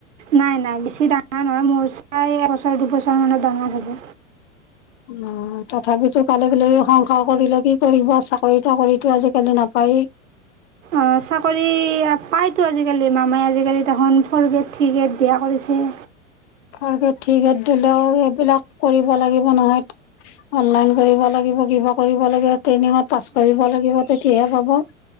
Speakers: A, on the right; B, on the left.
A: নাই বেছি নাই নহয় মোৰ চাই এবছৰ দুবছৰমানৰ ডাঙৰ হ'ব।
B: অ তথাপিতো কালে বিলাক সংসাৰ কৰিলে কি কৰিব? চাকৰি তাকৰিতো আজিকালি নাপায়েই। <inaudible>
A: অ চাকৰি পায়তো আজিকালি মামাই আজিকালি দেখোন ফ'ৰ গ্ৰেড থ্ৰী গ্ৰেড দিয়া কৰিছে। চে।
B: ফৰ গ্ৰেড, থ্ৰী গ্ৰেড দিলেও এইবিলাক কৰিব লাগিব নহয় অনলাইন কৰিব লাগিব। কৰিব লাগে, ট্ৰেইনিঙত পাছ কৰিব লাগিব, তেতিয়াহে পাব।